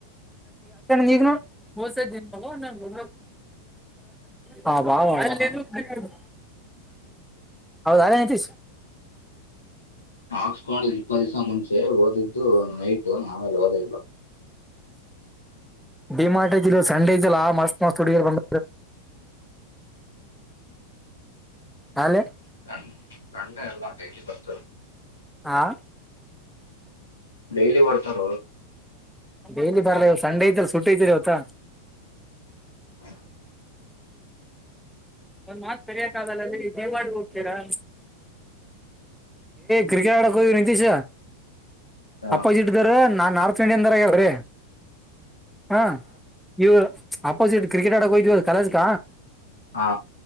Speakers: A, in the centre; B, on the left.
A: ನೀಗನು ಹೊಸ ನಾನ ಬೊ ಹಾಾ <unintelligible> ಹೌದ ಅದೇ ನಿಂತ
B: ಹಾಕ್ಸ್ಕೊಂಡಿದ್ದ್ ಇಪ್ಪ ದಿವಸ ಮುಂಚೆ ಓದಿದ್ದು ನೈಟ್ ಆಮೇಲೆ ಓದೇ ಇಲ್ಲ
A: ಡಿ ಮಾರ್ಟ ಸಂಡೇ ಐತಿಲ್ಲ ಮಸ್ತ್ ಮಸ್ತ್ ಹುಡುಗಿಯರು <inaudible> ಹಾಲೆ
B: ಸ ಸಂಡೆ ಎಲ್ಲಾ ಡೈಯಲಿ ಬರ್ತ
A: ಹಾ
B: ಡೈಲಿ ಮಾಡ್ತಾರ
A: ಡೈಲಿ ಬರಲ್ಲ ಇ ಸಂಡೆ ಐತಲ್ಲ ಸುಟ್ಐತಿರಿ ಅವವತ
B: ಹ
A: ಒಂದ್ ಮಾತ ಕರಿಯಕ್ ಆಗಲ್ಲೀ ದೇವವಾಡಗೆ ಹೋಗ್ತೀರಾ ಕ್ರಿಕೆಟ್ ಅಡಕ ಹೋಗಿ ನೀತೀಶ
B: ಹಾ
A: ಅಪೋಸಿಟ್ ದಾರ ನಾ ನಾರ್ತ್ ಇಂಡಿಯನ್ ದಾರಗ್ಯ್ರೀ ಹಾ ಇವು ಅಪೋಸಿಟ್ ಕ್ರಿಕೆಟ್ ಆಡಕ್ ಹೋಗತವಿ ಕಲೇಜಕ
B: ಹಾ